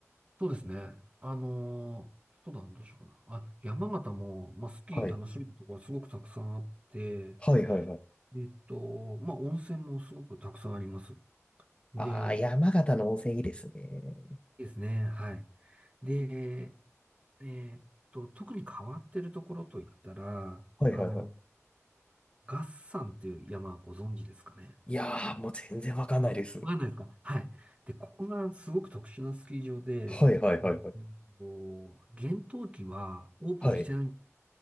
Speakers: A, on the right; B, on the left.
A: そうですね。あのーそうだな、どうしようかな。あ、山形も、まあ、スキー楽しめるところがすごくたくさんあって、
B: はい。はいはいはい。
A: えっと、まあ、温泉もすごくたくさんあります。で、
B: ああ、山形の温泉いいですね。
A: いいですね。はい。で、えっと、特に変わってるところといったら、
B: はいはいはい。
A: あの、月山っていう山はご存知ですかね。
B: いやー、もう全然わかんないです。
A: わかんないですかはい。で、ここがすごく特殊なスキー場で、
B: はいはいはいはい。
A: うんこう、厳冬期はオープンしてない。
B: はい。